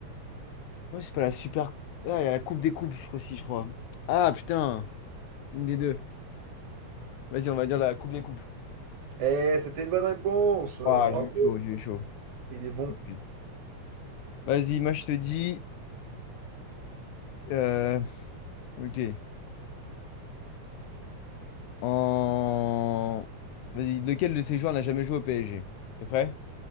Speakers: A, on the left; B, on the right.
A: Ouais, c'est pas la super. Ah, il y a la Coupe des Coupes, je crois aussi, je crois. Ah, putain, une des deux. Vas-y, on va dire la Coupe des Coupes.
B: Eh, c'était une bonne réponse. euh,
A: Ah,
B: Bravo.
A: j'ai eu chaud, j'ai eu chaud.
B: Il est bon.
A: Ok. Vas-y, moi, je te dis. euh, Ok. En. Vas-y, lequel de ces joueurs n'a jamais joué au PSG? T'es prêt?